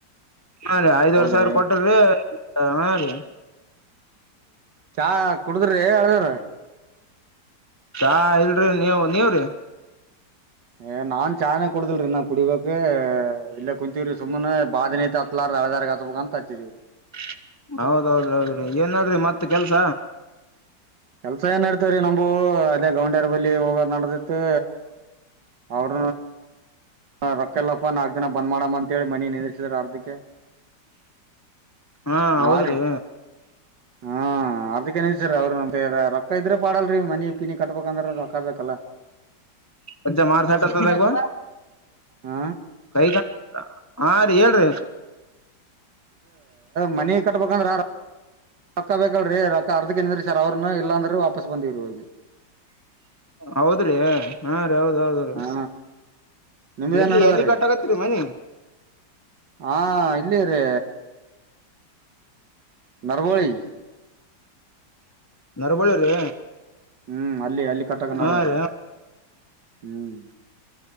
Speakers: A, on the left; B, on the right.
A: ಹಾ ರೀ ಐದ್ವರ್
B: ಹೌದ್ರಿ
A: ಸಾವಿರ ಕೊಟ್ರರಿ ಹಾ ರೀ.
B: ಚಾ ಕುಡುದ್ರೀ ಹೇಳದ್ರ.
A: ಚಾ ಇಲ್ರಿ ನೀವ ನೀವ್ರೀ.
B: ಏ ನಾನ್ ಚಾನೇ ಕುಡುದಲ್ರರಿ ನಾ ಕುಡಿಬೇಕ್ ಇಲ್ಲೇ ಕುಂತೀವ್ರಿ ಸುಮ್ಮ್ನೆ ಬಾದ ನ ಐತೆ ಅತ್ಲ. ಹಳದರ್ಗ ಹತ್ಬೇಕು ಅಂತ ಹಚ್ಚಿದ್ದಿದೀರಿ.
A: <inaudible> ಹೌದೌದ್ರ ಹೌದ್ರಿ ಏನಡ್ರಿ ಮತ್ತ ಕೆಲ್ಸ.
B: ಕೆಲ್ಸ ಏನ್ ನಡ್ತವ್ರೀ ನಮು ಅಲ್ಲೇ ಗೌಂಡಿಯರ ಬಲ್ಲಿ ಹೋಗ ನಡೆದಿತ್ತು ಅವ್ರ. ರೊಕ್ಕಲ್ಲಪ್ಪ ನಾಲ್ಕು ದಿನ ಬಂದ್ ಮಾಡಮ್ಮ ಅಂತೇಳಿ ಮನಿ ನಿಂದಿಸಿದರೆ ಅರ್ಧಿಕ.
A: ಹಾ
B: ಹ
A: ಹೌದ್ರಿ
B: ರೀ ಹಾ ಅರ್ದಕ್ಕೆನ್ಸಾರ ಅವ್ರಮ ರೊಕ್ಕ ಇದ್ರ. ಪಾಡಲ್ರರಿ ಮನಿ ಪಿನಿ ಕಟ್ಬೇಕಂದ್ರ ಬಕಬೇಕಲ್ಲ.
A: ಅದ್ ಮಾರಸಾಟತದಾಗುವ.
B: ಹ
A: ಕೈ ಕ ಹಾ ರೀ ಹೇಳ್ರಿ
B: ಮಿ ಕಟ್ಟ ಪಗಂದಾರ. ರೊಕ್ಕ ಬೇಕಲ್ರೀ ರೊಕ್ಕ ಅರ್ಧ ನ್ರಿ ಸರ್ ಅವ್ರನ್ನ ಇಲ್ಲಾಂದ್ರೆ ವಾಪಸ್ ಬಂದೀವ ರ ಹೋಗಿ.
A: ಹೌದ್ರೀ ಹಾ ರೀ ಹೌದ ಹೌದ್ರೀ.
B: ಹಾ ನಿಮ್ದೇನ್
A: ಎಲ್ಲಿ
B: ನಡದದ
A: ಎಲ್ಲಿ ಕಟ್ಟಕತ್ತರಿ ಮನಿ.
B: ಹಾ ಇಲ್ಲಿ ರೀ ನರ್ಗೋಳಿ.
A: ನರಬಳ ರೀ
B: ಹ್ಮ್ ಅಲ್ಲಿ ಅಲ್ಲಿ ಕಟ್ಟಕ ನಡದ್ರೀ
A: ಹಾ ರ.
B: ಹ್ಮ್